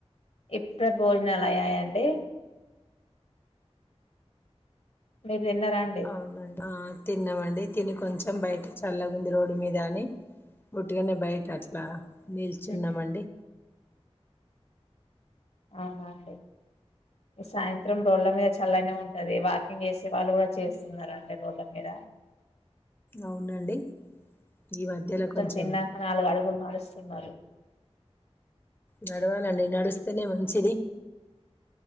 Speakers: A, on the left; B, on the left.
A: ఇప్పుడు భోజనాలు అయ్యాయంండి మీరు తిన్నారా అండి
B: అవునండి తిన్నామండి తిని కొంచెం బయట చల్లగాంది రోడ్డు మీద అని ఉట్గానే బయట అట్లా నిల్చున్నామండి
A: ఉహు అవునాండి ఈ సాయంత్రం రోడ్ల మీద చల్లనే ఉంటది వాకింగ్ చేసే వాళ్ళు కూడా చేస్తున్నండి రోడ్ల మీద
B: అవునండి ఈ మధ్యల కొంచెం
A: తిన్నాక నాలుగు అడుగులు నడుస్తున్నారు
B: నడవాలండి నడుస్తేనే మంచిది